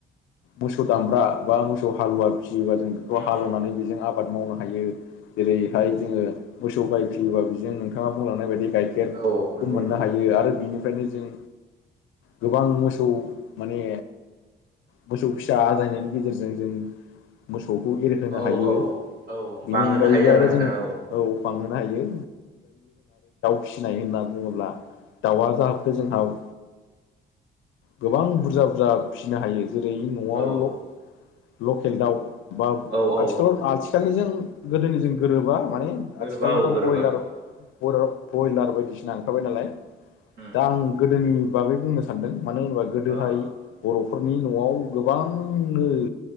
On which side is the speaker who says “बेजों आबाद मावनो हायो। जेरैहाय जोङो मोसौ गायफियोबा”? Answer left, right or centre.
Left